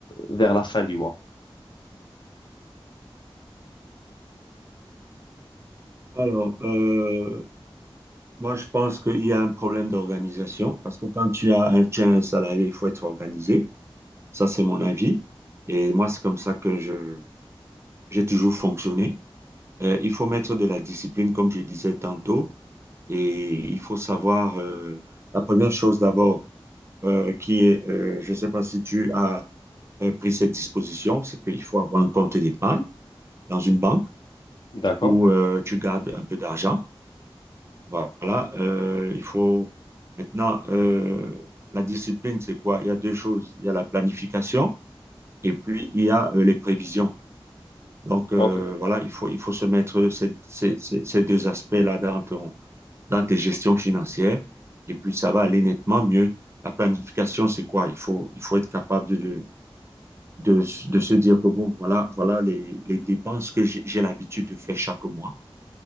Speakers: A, on the left; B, on the right.
A: vers la fin du mois.
B: Alors, euh, Moi, je pense qu'il y a un problème d'organisation parce que quand tu as un, tu as un salarié, il faut être organisé. Ça, c'est mon avis. Et moi, c'est comme ça que je, j'ai toujours fonctionné. Euh, il faut mettre de la discipline, comme je disais tantôt, et il faut savoir, euh, la première chose d'abord, euh, qui est, euh, je ne sais pas si tu as euh, pris cette disposition, c'est qu'il faut avoir un compte d'épargne dans une banque
A: D'accord?
B: où euh, tu gardes un peu d'argent. Voilà, euh, il faut maintenant euh, la discipline, c'est quoi? Il y a deux choses. Il y a la planification et puis il y a euh, les prévisions. Donc euh,
A: Ok.
B: voilà, il faut, il faut se mettre ces, ces- ces- ces deux aspects-là dans ton, dans tes gestions financières et puis ça va aller nettement mieux. La planification, c'est quoi? Il faut, il faut être capable de, de, de, de se dire que bon, voilà, voilà les, les dépenses que j'ai j'ai l'habitude de faire chaque mois.